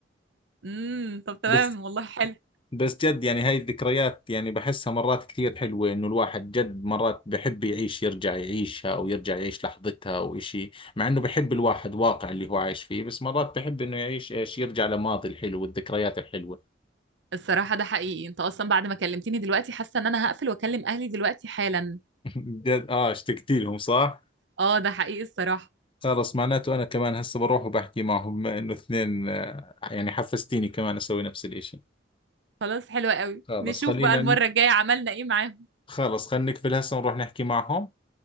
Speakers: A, on the right (about 65°); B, on the left (about 30°).
A: امم طب تمام
B: بس
A: والله حلو
B: بس جد يعني هاي الذكريات يعني بحسها مرات كثير حلوة انه الواحد جد مرات بحب يعيش يرجع يعيشها او يرجع يعيش لحظتها او اشي مع انه بحب الواحد واقع اللي هو عايش فيه بس مرات بحب انه يعيش ايش يرجع لماضي الحلو والذكريات الحلوة
A: الصراحة ده حقيقي أنت أصلا بعد ما كلمتني دلوقتي حاسة إن أنا هقفل وأكلم أهلي دلوقتي حالا
B: <laughs> جد اه اشتقت لهم صح
A: أه ده حقيقي الصراحة
B: خلص معناته انا كمان هسه بروح وبحكي معهم بما انه اثنين آه، يعني حفزتيني كمان اسوي نفس الاشي
A: خلاص حلو قوي
B: خلص
A: نشوف
B: خلينا
A: بقى المرة
B: ن-
A: الجاية عملنا إيه معاهم
B: خلص خلينا نقفل هسه ونروح نحكي معهم